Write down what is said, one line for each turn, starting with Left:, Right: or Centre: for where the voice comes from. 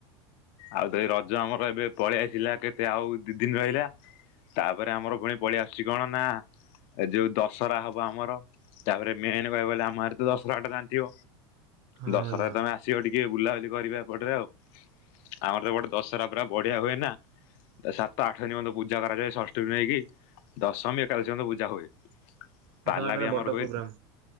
Left: ଆଉ ତଇ ରଜ ଆମର ଏବେ ପଳେଇ ଆସିଲା କେତେ ଆଉ ଦି ଦିନ ରହିଲା ତାପରେ ଆମର ପୁଣି ପଳେଇଆ ଆସୁଛି କଣ ନା ଏ ଯୋଉ ଦଶହରା ହବ ଆମର ତାପରେ ମେନ କହ ଆମରେ ତ ଦଶହରା ଟା ଜାଣିଥିବ
Right: ହଁ
Left: ଦଶହଟାରେ
Right: ଭାଇ ହଁ।
Left: ତମେ ଆସିବ ଟିକେ ବୁଲା କରିବାପଟରେ ଆଉ ଆମର ତ ଗୋଟେ ଦଶହରା ପୁରା ବଢିଆ ହୁଏ ନା ସାତ ଆଠ ଦିନ ପର୍ଯ୍ୟନ୍ତ ପୂଜା କରାଯାଏ ଷଷ୍ଠମୀ ନେଇକି ଦଶମୀ ଏକାଦଶ ପର୍ଯ୍ୟନ୍ତ ପୂଜା ହୁଏ
Right: ଏ
Left: ତାଲା
Right: ତମର ତାହେଲେ
Left: ବି ଆମର
Right: ବଡ
Left: ହୁଏ
Right: ପ୍ରୋଗ୍ରାମ?